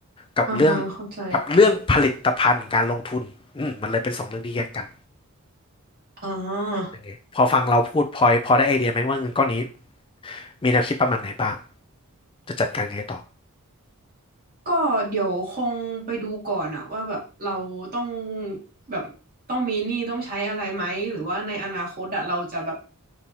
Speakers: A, on the left; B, on the right.
A: กับเรื่อง
B: อ่าฮะเข้าใจ
A: กับเรื่องผลิตภัณฑ์การลงทุนอืมมันเลยเป็นสองเรื่องที่แยกกัน
B: อ่า
A: อย่างเงี้ยพอฟังเราพูดพลอยพอได้ไอเดียไหมว่าเงินก้อนนี้มีแนวคิดประมาณไหนบ้างจะจัดการไงต่อ
B: ก็เดี๋ยวคงไปดูก่อนอะว่าแบบเราต้องแบบต้องมีหนี้ต้องใช้อะไรไหมหรือว่าในอนาคตอะเราจะแบบ